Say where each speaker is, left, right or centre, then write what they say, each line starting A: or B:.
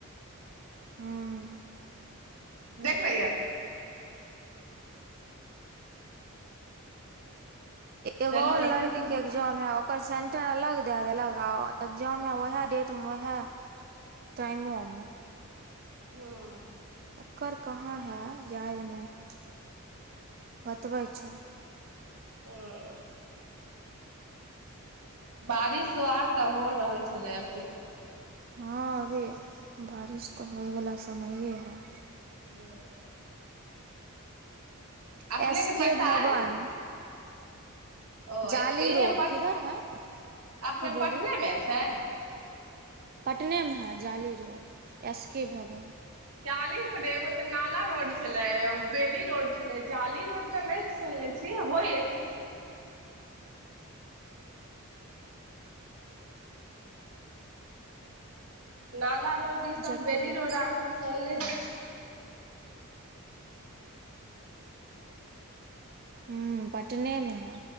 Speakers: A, on the right (about 40°); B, on the right (about 80°).
A: हूँ
B: देख रही है। <unintelligible>
A: एगो
B: चलू
A: अउर
B: अच्छा
A: लड़की के एग्जाम है ओकर सेंटर अलग दे देलक आ एग्जाम ओहे डेट मे ओहे। टाइमो मऽ
B: हूँ।
A: ओकर कहाँ है याद नहि बतबै छ।
B: हूँ। बारिशो आर तऽ हो रहल छलै अखने।
A: हँ अभी बारिश तऽ होइवला समये है।
B: हूँ। <unintelligible> अपने
A: एस के
B: पैसा
A: भवन।
B: आयल ने ओ
A: जाली
B: एस केहे
A: रोड
B: अपन
A: किधर है
B: अपने
A: की बोलिए
B: पटनेमे छै।
A: पटनेमे हइ जाली रोड एस के भवन।
B: जाली रोड एगो तऽ नाला रोड छलै एगो बेली रोड छलै जाली रोड तऽ नहि। सुनने छी होयत। नाला रोड ई सब
A: जकरी
B: बेली रोड आर सब सुनलीहे।
A: हूँ पटनेमे है